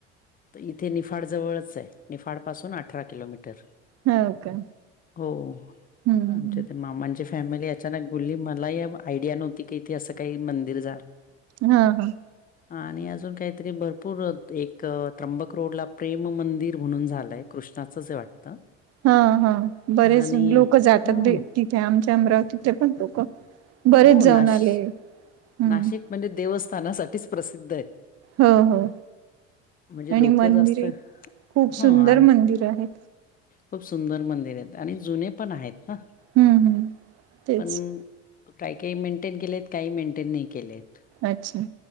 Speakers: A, on the left; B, on the right.
A: इथे निफाड जवळच आहे निफाड पासून अठरा किलोमीटर.
B: हो का
A: गो
B: हम्म
A: आमच्या
B: हम्
A: ते मामाजेस. फॅमिली अचानक बोलली मलाही आयडिया नव्हती की इथे असं काही मंदिर जाणार.
B: हा हा.
A: आणि अजून काहीतरी भरपूर एक त्र्यंबक रोडला प्रेम मंदिर म्हणून झालंय. कृष्णाचं जे वाटतं.
B: हा हा बरेच
A: आणि
B: लोक जातात
A: हा
B: भेटीला आमच्या अमरावतीथे पण. बरेच
A: हो
B: जाऊन
A: नाश
B: आले. हम्म
A: नाशिक म्हणजे देवस्थानासाठीच प्रसिद्ध आहे.
B: हो हो
A: म्हणजे
B: आणि
A: लोक
B: मंदिरे
A: जास्त
B: खूप सुंदर
A: ह आणि
B: मंदिर आहेत.
A: खूप सुंदर मंदिर आहेत आणि जुने पण आहेत ना
B: हम्म हम्म तेच
A: पण काही काही मेंटेन केलेत काही मेंटेन नाही केलेत.
B: अच्छा!